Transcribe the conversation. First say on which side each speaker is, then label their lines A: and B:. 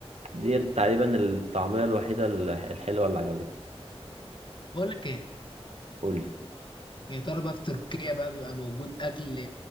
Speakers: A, on the right; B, on the left.
A: دي تقريبا الطعميه الوحيده الح- الحلوه اللي عجبتني
B: بقول لك ايه
A: قول
B: يا ترى بقى في تركيا بقى بيبقى موجود أكل